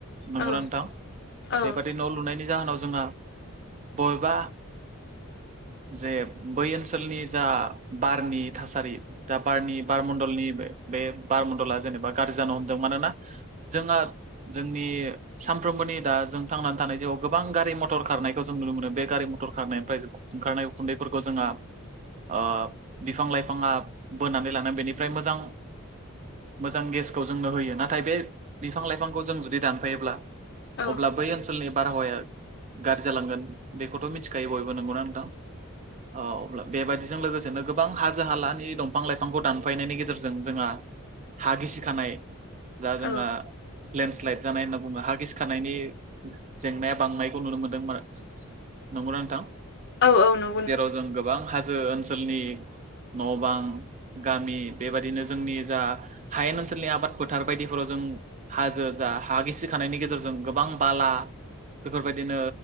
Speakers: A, on the right; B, on the left.
A: नंगौ
B: औ
A: ना नोंथां
B: औ
A: बेबादि न' लुनायनि जाहोनाव जोंहा बबेबा जे बै ओनसोलनि जा बारनि थासारि दा बारनि बारमण्डलनि बे बे बारमन्डला जेनेबा गाज्रि जानो हमदों मानोना जोंहा जोंनि सानफ्रोमबोनि दा जों थांनानै थानाय जिउआव गोबां गारि मथर खारनायखौ जों नुनो मोनो बे गारि मथर खारनायनिफ्राय जो ओंखारनाय उखुन्दैफोरखौ जोंहा ओ बिफां लाइफाङा बोनानै लानानै बेनिफ्राय मोजां मोजां गेसखौ जोंनो होयो नाथाय बे बिफां लाइफांखौ जों जुदि दानफायोब्ला
B: औ
A: अब्ला बै ओनसोलनि बारहावाया गाज्रि जालांगोन बेखौथ' मिथिखायो बयबो नंगौना नोंथां? औ अब्ला बेबायदि जों लोगोसेनो गोबां हाजो हालानि दंफां लाइफांखौ दानफायनायनि गेजेरजों जोंहा हा गिसि खानाय दा
B: औ
A: जोंहा लेन्डस्लाइद जानाय होनना बुङो हा गिखानायनि जेंनाया बांनायखौ नुनो मोन्दों मा नंगौना नोंथां?
B: औ औ न
A: जेराव जों गोबां हाजो ओनसोलनि न' बां गामि बेबायाददिनो जोंनि जा हायेन ओनसोलनि आबाद फोथार बायदिफोराव जों हाजो जा हा गिसि खानायनि गेजेरजों गोबां बाला बेफोरबायदिनो